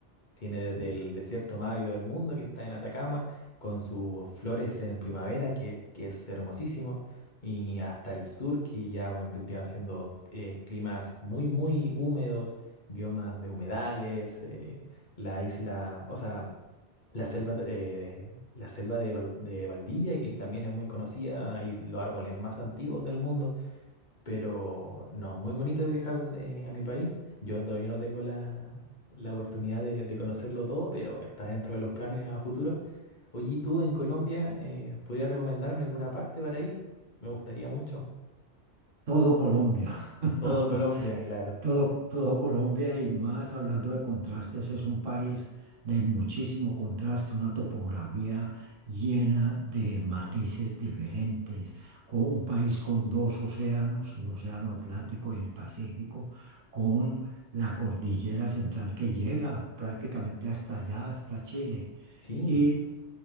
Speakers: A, on the left; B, on the right.
A: tiene desde el desierto más árido del mundo, que está en Atacama, con sus flores en primavera, que, que es hermosísimo, y hasta el sur, que ya vendrían siendo eh, climas muy, muy húmedos, biomas de humedales, eh, la isla, o sea, la selva, eh, la selva de, Val- de Valdivia, que también es muy conocida, hay los árboles más antiguos del mundo pero no, muy bonito de viajar eh, a mi país. Yo todavía no tengo la, la oportunidad de, de conocerlo todo, pero está dentro de los planes a futuro. Oye, ¿y tú en Colombia eh, podrías recomendarme alguna parte para ir? Me gustaría mucho.
B: todo Colombia. <laughs>
A: Todo Colombia, claro.
B: Todo, todo Colombia y más hablando de contrastes, es un país de muchísimo contraste, una topografía llena de matices diferentes, con un país con dos océanos, el Océano Atlántico y el Pacífico, con la cordillera central que llega prácticamente hasta allá, hasta Chile,
A: Sí,
B: y